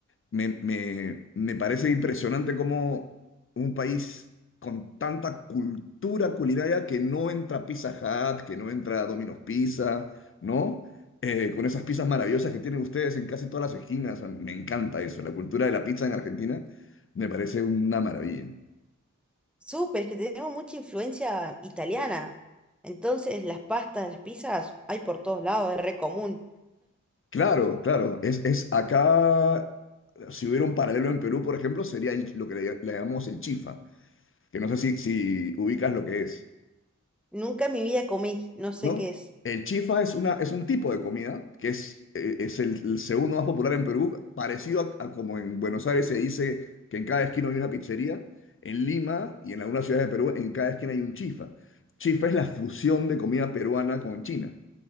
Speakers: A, on the left; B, in the centre.
A: me, me- me parece impresionante cómo un país con tanta cultura culinaria que no entra Pizza Hut, que no entra Domino's Pizza, ¿no? Eh, con esas pizzas maravillosas que tienen ustedes en casi todas las esquinas. A mí Me encanta eso. La cultura de la pizza en Argentina me parece una maravilla.
B: Súper, es que tenemos mucha influencia italiana. Entonces, las pastas, las pizzas, hay por todos lados, es re común.
A: Claro, claro. Es, es acá, si hubiera un paralelo en Perú, por ejemplo, sería el- lo que le, le llamamos el chifa, que no sé si, si ubicas lo que es.
B: Nunca en mi vida comí, no sé
A: ¿no?
B: qué es.
A: El chifa es, una, es un tipo de comida que es, eh, es el, el segundo más popular en Perú, parecido a, a como en Buenos Aires se dice que en cada esquina hay una pizzería, en Lima y en algunas ciudades de Perú en cada esquina hay un chifa. Chifa es la fusión de comida peruana con China.